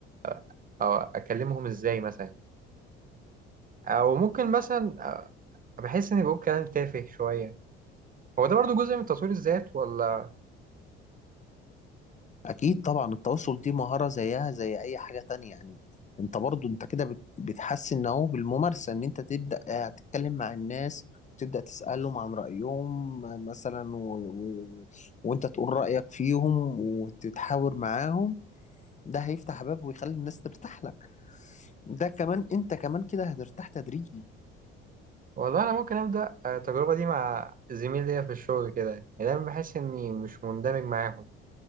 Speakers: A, on the right; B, on the left.
A: أ- أو اكلمهم ازاي مثلا او ممكن مثلا أ- بحس اني بقول كلام تافه شوية هو ده برضو جزء من تطوير الذات ولا
B: اكيد طبعا التواصل دي مهارة زيها زي اي حاجة تانية يعني انت برضو انت كده بت- بتحسن اهو بالممارسة ان انت تبدأ آه، تتكلم مع الناس تبدأ تسألهم عن رأيهم آه، مثلا و... و... و... وانت تقول رأيك فيهم وتتحاور معاهم ده هيفتح باب ويخلي الناس ترتاح لك ده كمان انت كمان كده هترتاح تدريجي
A: والله انا ممكن ابدأ التجربة دي مع زميل ليا في الشغل كده يعني دايما بحس اني مش مندمج معاهم